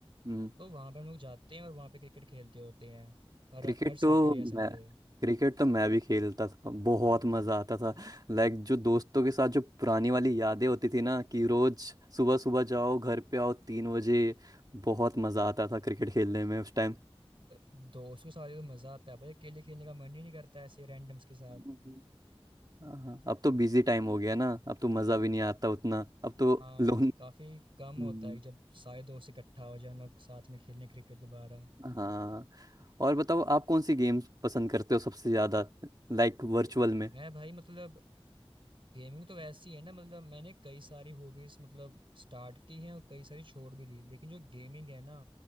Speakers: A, on the right; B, on the right.
A: हम्म।
B: तो वहाँ पर हम लोग जाते हैं और वहाँ पे क्रिकेट खेलते होते हैं हर
A: क्रिकेट
B: हर सैटरडे
A: तो
B: या संडे
A: मैं क्रिकेट तो मैं भी खेलता था बहुत मज़ा आता था लाइक जो दोस्तों के साथ जो पुरानी वाली यादें होती थी ना कि रोज सुबह सुबह जाओ घर पे आओ तीन बजे बहुत मज़ा आता था क्रिकेट खेलने में उस टाइम
B: तो दोस्तों के साथ तो मज़ा आता है भाई अकेले खेलने का मन ही नहीं करता ऐसे रैंडम्स के साथ।
A: हम्म। हाँ हाँ, अब तो बिजी टाइम हो गया ना अब तो मज़ा भी नहीं आता उतना अब तो
B: हाँ
A: लोन
B: काफी कम
A: हम्म,
B: होता है जब सारे दोस्त इकट्ठा हो जाए हम लोग साथ में खेलने क्रिकेट दोबारा
A: हाँ और बताओ आप कौन सी गेम्स पसंद करते हो सबसे ज़्यादा लाइक वर्चुअल में
B: मैं भाई मतलब गेमिंग तो वैसी है ना मतलब मैंने कई सारी हॉबीज मतलब स्टार्ट की हैं और कई सारी छोड़ भी दी लेकिन जो गेमिंग है ना